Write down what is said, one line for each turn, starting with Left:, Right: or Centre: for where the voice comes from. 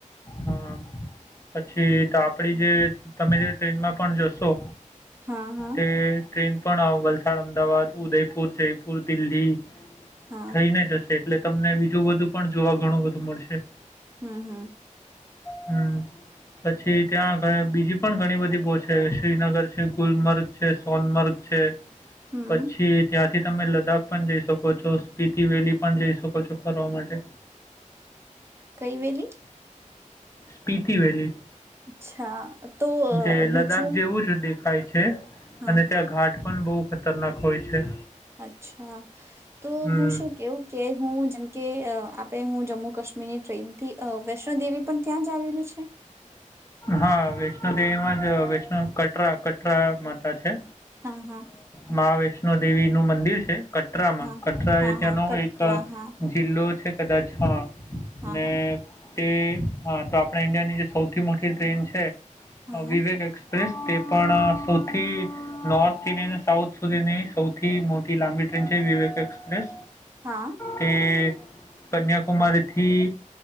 Left: હા પછી તો આપડી જે તમે જે ટ્રેનમાં પણ જશો
Right: હા હા
Left: તે ટ્રેન પણ અ વલસાડ અમદાવાદ ઉદયપુર જયપુર દિલ્હી
Right: હા
Left: થઈને જશે એટલે તમને બીજું બધું પણ જોવા ઘણું બધું <unintelligible> મળશે
Right: હમ્મ હમ્મ
Left: હમ્મ પછી ત્યાં બીજી પણ ઘણી બધી પહ છેે શ્રીનગર છે ગુલમર્ગ છે સોનમર્ગ છે
Right: હમ
Left: પછી ત્યાં થી તમે લદ્દાખ પણ જઈ શકો છો સ્પીતિ વેલી પણ જઈ શકો છો ફરવા માટે.
Right: કઈ વેલી?
Left: સ્પીતિ વેલી.
Right: અચ્છા તો
Left: જે
Right: બીજું
Left: લદ્દાખ <unintelligible> છે
Right: હા
Left: અને ત્યાં ઘાટ પણ બહુ ખતરનાક હોય છે.
Right: અચ્છા તો
Left: હમ
Right: હું શું કેવું કે હું જેમકે આપણેે હું જમ્મુ કાશ્મીર મિની ટ્રેન થી વૈષ્ણો દેવી પણ ત્યાં જ આવેલું છે?
Left: હા વૈષ્ણો દેવી માં જ વૈષ્ણો કટરા કટરા માતા છે.
Right: હા હા
Left: મહાવૈષ્ણ ણો દેવીનું મંદિર છે. કટરામાં
Right: હા
Left: કટરા
Right: હા
Left: એ ત્યાંનો
Right: હા કટરા
Left: એક
Right: હા
Left: જિલ્લો છે. કદાચ હ.
Right: હા
Left: અને
Right: હા
Left: તે હા તો આપણા ઇન્ડિયાની જે સૌથી મોટી ટ્રેન છે
Right: હા
Left: વિવેક એક્સપ્રેસ તે પણ સૌથી નોર્થથી ને સાઉથ સુધીની સૌથી મોટી લાંબી ટ્રેન છે વિવેક એક્સપ્રેસ
Right: હા
Left: તે કન્યાકુમારી થી